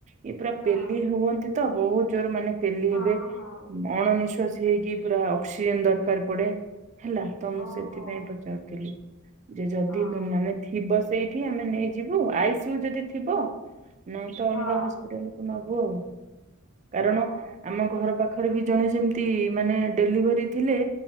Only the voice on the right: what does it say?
ଏଇ ପୁରା
ପେଲି ହୁଅନ୍ତି ତ ବହୁତ ଜୋର ମାନେ ପେଲି
ହେବେ
ଅଣନିଶ୍ୱାସୀ ସେ ହେଇକି ପୁରା ଅକ୍ସିଯେନ୍ ଦରକାର ପଡେ ହେଲା। ତ ମୁଁ
ସେଥିପାଇଁ ପଚାରୁଥିଲି। ଯେ ଯଦି
ମାନେ ଥିବ ସେଇଠି ଆମେ ନେଇଯିବୁ। ଆଇସିୟୁ ଯଦି ଥିବ, ନା ତ
ଅଲଗା ହସ୍ପିଟାଲ ନବୁ ଆଉ। କାରଣ
ଆମ ଘର ପାଖରେ ବି ଜଣେ ସେମତି ତି, ମାନେ ଡେଲିଭରି ଥିଲେ